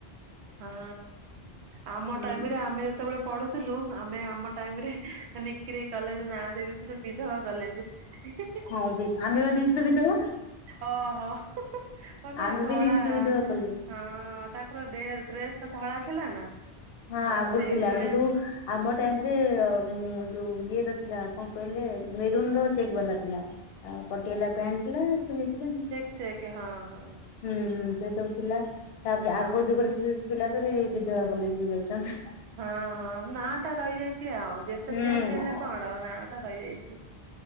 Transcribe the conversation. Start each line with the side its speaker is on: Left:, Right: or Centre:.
Right: ହଁ ଆମ
Left: ହୁଁ
Right: ଟାଇମରେ ଆମେ ଯେତେବେଳେ ପଢୁଥିଲୁ ଆମେ ଆମ ଟାଇମ ରେ ମାନେ କଲେଜ ନାଁ ଦେଇ ଦେଇଥିଲୁ ସେ ବିଧବା କଲେଜ, ହେ ହେ ହେ।
Left: ହଁ ଆମେ ବା ଦେଇଥିଲୁ ବିଧବା।
Right: ଓହୋ। ହଁ ନା
Left: ଆମେ
Right: ଧଳା
Left: ବି ଦେଇଥିଲୁ ବିଧବା କଲେଜ।
Right: ହଁ ତାଙ୍କର ଡେ ଡ୍ରେସ ଟା ଧଳା ଥିଲା ନା।
Left: ହଁ
Right: ଆଉ
Left: ଆଗରୁ
Right: ସେଇଥିପାଇଁ
Left: ଥିଲା କିନ୍ତୁ ଆମ ଟାଇମ ରେ ଉଁ ଯୋଉ ଇଏ ର ଥିଲା କଣ କହିଲେ ମେରୁନ ର ଚେକ୍ ବାଲା ଥିଲା। ଆଉ ପଟିଆଲା ପ୍ୟାଣ୍ଟ ଥିଲା ଚୁନି ଥିଲା।
Right: ଚେକେ ହଁ ହଁ।
Left: ହୁଁ ହୁଁ ସେ ସବୁ ଥିଲା ତାପରେ ଆଗ
Right: ହଁ
Left: ଯୁଗରେ ସେ ପିଲା କହିବେ ବିଧବା ବୋଲି କି ଯାଉଛ।
Right: ହଁ ହଁ ନା ଟା ରହିଯାଇଛି ଆଉ ଯେତେ
Left: ହୁଁ।
Right: ଚେଞ୍ଜ ହେଲେ କଣ ଆଉ ନାଁ ଟା ରହିଯାଇଛି।